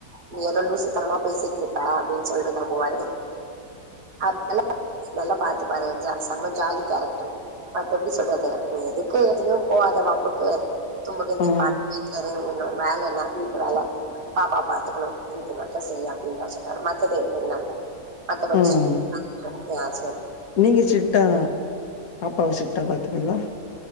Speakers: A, on the right (about 80°); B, on the left (about 65°).
A: நீ எதோ லூசுத்தனமா பேசிட்ருப்ப அப்டின் சொல்ட்டு தா போவாரு ஆ நல்ல நல்லா பாத்து பண்ஜா செம்ம ஜாலி கேரக்டர் மத்த எப்டி சொல்றது எதுக்கு எதுலயு போகாத வம்புக்கு <unintelligible> நீ
B: ம்
A: பாத் வீட்ல இரு உன்னோட வேல என்ன வீட்டு வேல பாப்பா பாத்துக்கணு இத்து <unintelligible> செய்யு அப்படின் தா சொன்னாரு மத்த <unintelligible> வேண்டா மத்தபடி
B: ம்
A: <inaudible> <inaudible> எ ஹஸ்பண்ட்
B: நீங்க சிட்டா பாப்பாவ சிட்டா பாத்துப்பீங்களா